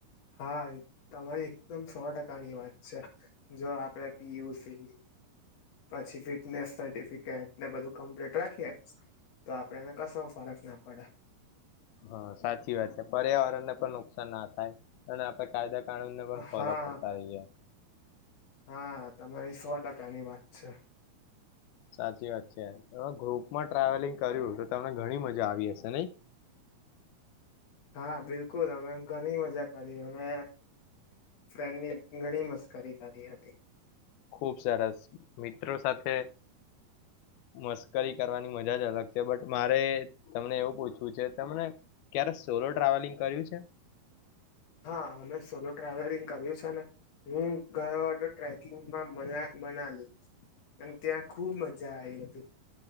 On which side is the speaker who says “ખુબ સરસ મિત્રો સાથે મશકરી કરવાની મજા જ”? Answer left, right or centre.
Left